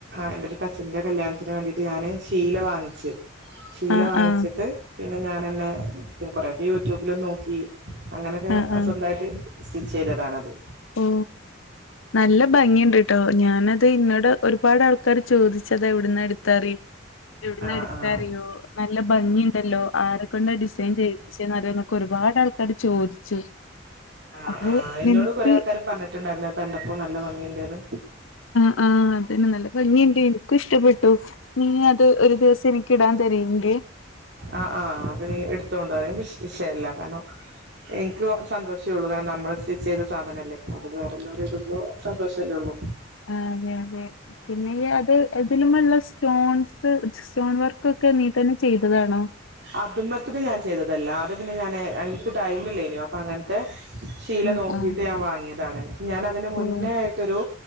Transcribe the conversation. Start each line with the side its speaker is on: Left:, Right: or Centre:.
Right: എന്റെ ഒരു കസിന്റെ കല്യാണത്തിന് വേണ്ടിയിട്ട് ഞാന് ശീല വാങ്ങിച്ചു ശീല
Left: ആഹ്
Right: വാങ്ങിച്ചിട്ട്
Left: ആഹ്
Right: പിന്നെ ഞാൻന്നെ കൊറെക്കെ യൂട്യൂബിലും നോക്കി അങ്ങനെയൊക്കെ
Left: ആഹ് ആഹ്
Right: സ്വന്തമായിട്ട് സ്റ്റിച്ച് ചെയ്തതാണത്
Left: ഓ നല്ല ഭംഗിയുണ്ട് കേട്ടോ ഞാനത് ഇന്നോട് ഒരുപാട് ആൾക്കാാര് ചോദിച്ചതാ എവിടന്ന് അടുത്താറിൽ എവിടന്നാ
Right: ആഹ്
Left: എടുത്താറിയോ
Right: ആഹ്
Left: നല്ല ഭംഗിയ ഉണ്ടല്ലോ ആരെക്കൊണ്ട് ഡിസൈൻ ചെയ്യിപ്പിച്ചേ എന്നറിയോ എന്നൊക്കെ ഒരുപാട് ആൾക്കാാര് ചോദിച്ചു
Right: ആഹ്
Left: അപ്പൊ
Right: ആഹ് എന്നോട്
Left: നിനക്ക്
Right: കൊറെേ ആൾക്കാര് പറഞ്ഞിട്ടുണ്ടായിരുന്ന കണ്ടപ്പോ നല്ല ഭംഗിയുണ്ടന്ന്
Left: ആഹ് അതന്നെ നല്ല ഭംഗിയുണ്ട് എനിക്കും ഇഷ്ടപ്പെട്ടു നീ അത് ഒരു ദിവസം എനക്ക് ഇടാൻ തരീങ്കേ
Right: ആഹ് ആഹ് അത് നീ എടുത്തോണ്ട വി വിഷയല്ല കാരണം എനിക്ക് സന്തോഷമേള്ളൂ കാരണം നമ്മള് സ്റ്റിച്ച് ചെയ്ത് സാധനല്ലേ അത് വേറെല്ലാവരും ഇടുമ്പോ സന്തോഷല്ലേ ഉള്ളൂ
Left: ആ അതെ അതെ പിന്നെ അത് ഇതിലുമുള്ള സ്റ്റോൺസ് സ്റ്റോൺ വർക്ക് ഒക്കെ നീ തന്നെ ചെയ്തതാണോ
Right: അതും മത്തിന് ഞാൻ ചെയ്തതല്ല അത് പിന്നെ ഞാൻ എനിക്ക് ടൈം ഇല്ലേനു അ അങ്ങനത്തെ ശീല
Left: ആഹ്
Right: നോക്കിയിട്ട്
Left: ആഹ്
Right: ഞാൻ വാങ്ങിയതാണ് ഞാൻ അതിന് മുന്നേ
Left: ഓഹ്
Right: ട്ട് രു